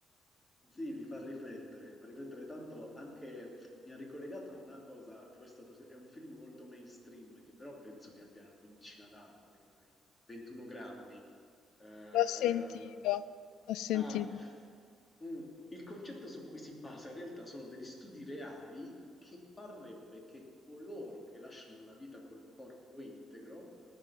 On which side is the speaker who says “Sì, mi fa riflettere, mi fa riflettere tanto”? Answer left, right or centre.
Left